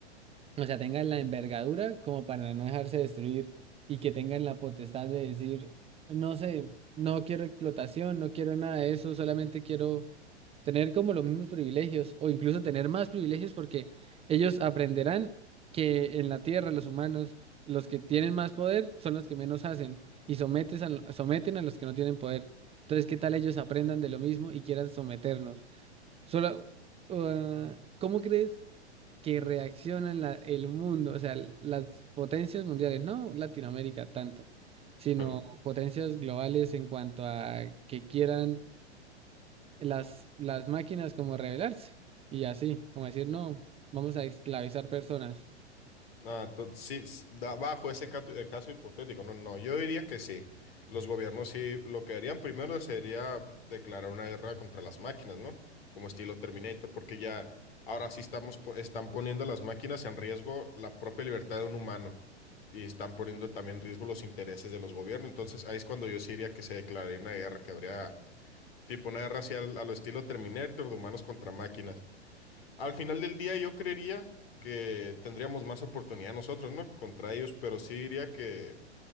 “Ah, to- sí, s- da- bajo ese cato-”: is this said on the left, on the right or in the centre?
Left